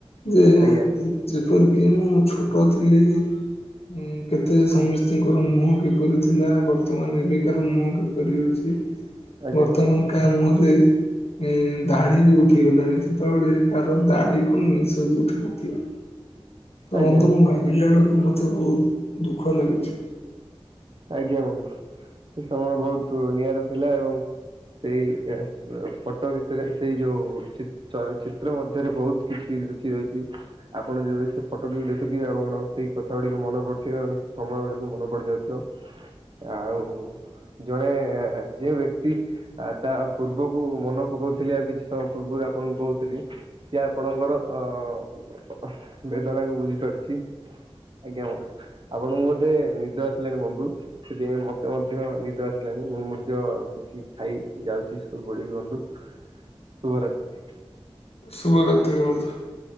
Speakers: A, on the left; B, on the right.
A: ଯେ
B: ଆଜ୍ଞା
A: ଯେପରିକି ମୁଁ ଛୋଟ ଥିଲି ହୁଁ କେତେ ସମସ୍ତଙ୍କର ମୁହଁ କିପରି ଥିଲା ବର୍ତ୍ତମାନ ଏବିକାର ମୁହଁ କିପରି ଅଛି।
B: ଆଜ୍ଞା
A: ବର୍ତ୍ତମାନ କାହା ମୁହଁରେ ଏ ଦାଢ଼ି ବି ଉଠିଗଲାଣି। ସେତେବେଳେ କାହାର ଦାଢ଼ି କଣ ନିସ ବି ଉଠି ନଥିଲା। ତ
B: ଆଜ୍ଞା
A: ବନ୍ଧୁ ମୁଁ ଭାବିଲା ବେଳକୁ ତ ବହୁତ ଦୁଃଖ ଲାଗୁଛି।
B: ଆଜ୍ଞା ବନ୍ଧୁ। ସେ ସମୟ ବହୁତ ନିଆରା ଥିଲା ଏବଂ ସେଇ ଏସ ସ ଫଟୋ ଭିତରେ ସେଇ ଯୋଉ ଚତ ଚିତ୍ର ଚ ମଧ୍ୟରେ ବହୁତ କିଛି ରୁଚି ରହିଚି ଆପଣ ଯେବେ ସେ ଫଟୋ ଟିକୁ ଦେଖୁଥିବେ ଆଣ ସେଇ କଥା ଗୁଡିକ ମନ <unintelligible> ସମୟ ଗୁଡିକ ମନେ ପଡିଯାଉଥିବ ଆଉ ଜଣେ ଯେଉ ବ୍ୟକ୍ତି ତା ପୂର୍ବକୁ ମନେ ପକଉଥିଲେ ଆଉ କିଛି ସମୟ ପୂର୍ବରୁ ଆପଣଙ୍କୁ କହୁଥିଲି ସିଏ ଆପଣଙ୍କର ଅ ବେଦନା କୁ ବୁଝି ପାରିଚି। ଆଜ୍ଞା ବନ୍ଧୁ। ଆପଣଙ୍କୁ ବୋଧେ ନିଦ ଆସିଲାଣି ବନ୍ଧୁ, ସେଥିପାଇଁ ମତେ ମଧ୍ୟ ନିଦ ଆସିଲାଣି। ମୁଁ ମଧ୍ୟ କିଛି ଖାଇ ଯାଉଚି ଶୋଇ ପଡିବି ବନ୍ଧୁ ଶୁଭରାତ୍ରି।
A: ଶୁଭ ରାତ୍ରି ବନ୍ଧୁ।